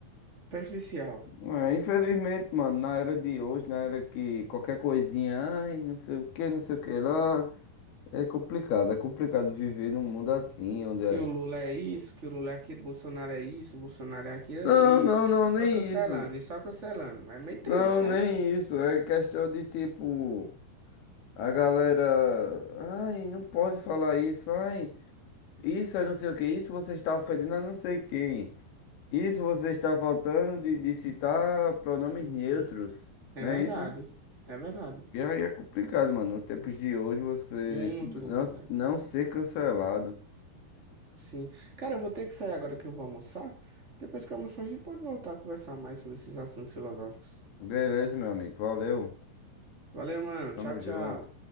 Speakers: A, on the right; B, on the left.
A: prejudicial.
B: É, infelizmente, mano, na era de hoje, na era que qualquer coisinha, ai, não sei o que, não sei o que lá, é complicado, é complicado viver num mundo assim, onde
A: Que
B: é.
A: o Lula é isso, que o Lula é aquilo, Bolsonaro é isso, Bolsonaro é aquilo,
B: Não,
A: e
B: não, não, nem
A: só cancelando,
B: isso.
A: e só cancelando. É meio triste,
B: Não, nem
A: né?
B: isso. É questão de tipo, a galera, ai, não pode falar isso, ai, isso é não sei o que, isso você está ofendendo a não sei quem. Isso você está faltando de, de citar pronomes
A: Uhum.
B: neutros,
A: É
B: não
A: verdade,
B: é isso?
A: é verdade.
B: E aí é complicado, mano. Nos tempos de hoje você
A: Muito
B: não,
A: complicado.
B: não ser cancelado.
A: Sim. Cara, eu vou ter que sair agora que eu vou almoçar. Depois que eu almoçar, a gente pode voltar a conversar mais sobre esses assuntos filosóficos.
B: Beleza, meu amigo. Valeu.
A: Valeu, mano.
B: Tamo
A: Tchau, tchau.
B: junto.